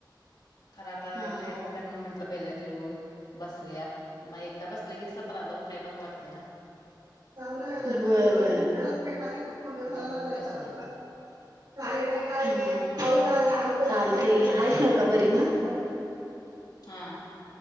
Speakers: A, on the left (about 60°); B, on the right (about 65°).
A: खरं आता
B: हा
A: लेट
B: हा.
A: झालाय म्हणून म्हंटलं पहिला जेऊ. बसूया म एकदा बसल की सतरादा उठाय नको वाटतय ना.
B: होय होय <unintelligible>
A: मग बसले
B: काय रे काय रे हा खाऊन आला <unintelligible> चालतय घे हाईस नव का बरी मग?
A: हा